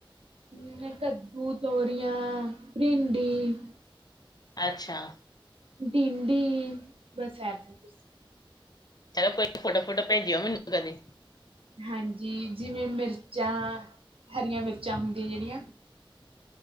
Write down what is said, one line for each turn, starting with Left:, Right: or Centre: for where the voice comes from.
Right: ਹੂੰ ਕੱਦੂ, ਤੋਰੀਆਂ, ਭਿੰਡੀ।
Left: ਅੱਛਾ।
Right: ਡਿੰਡੀ ਬਸ ਐਹ ਸਭ ਕੁਝ।
Left: ਚਲੋ ਕੋਈ ਫੋਟੋ ਫੋਟੋ ਭੇਜਿਓ ਮੈਨੂੰ ਕਦੇ।
Right: ਹਾਂਜੀ, ਜਿਵੇਂ ਮਿਰਚਾਂ, ਹਰੀਆਂ ਮਿਰਚਾਂ ਹੁੰਦੀਆਂ ਜਿਹੜੀਆਂ।